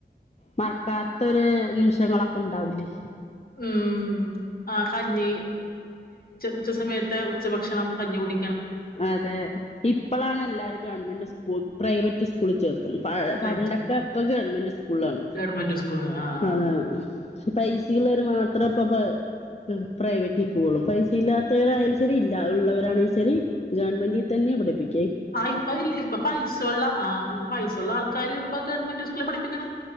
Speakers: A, on the left; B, on the left.
A: മറക്കാത്തൊരു നിമിഷങ്ങളൊക്കെ ഇണ്ടാവലേ
B: ഉം ഉ ആ കഞ്ഞി ഉച്ചസമയത്ത് ഉച്ചഭക്ഷണം കഞ്ഞി കുട
A: അതെ ഇപ്പോളാണ് എല്ലാരും ഗവൺമെന്റ് സ്കൂ പ്രൈവറ്റ് സ്കൂളിൽ ചേർക്ക പ പണ്ടൊക്കെ
B: റൈറ്റ്
A: ഒക്കെ അ അന്ന്
B: ഗവൺമെന്റ് സ്കൂൾ ആഹ്
A: പക്ഷേ പൈസ ഉളളവർ മാത്രം ഇ പ്രൈവറ്റിൽ പോവുള്ളൂ പൈസ ഇല്ലാത്തവരായാലും ശരി ഇല്ല ഉള്ളവരണ ശരി ഗവൺമെന്റി തന്നെ പഠപ്പിക്കും
B: ആ ഇപ്പ ഇല്ല ഇപ്പൊ പൈസുള്ള ആ ഇപ്പൊ പൈസുള്ള ആൾക്കാർ ഇപ്പൊ ഗവൺമെന്റ് സ്കൂളില് പഠിപ്പിക്കണ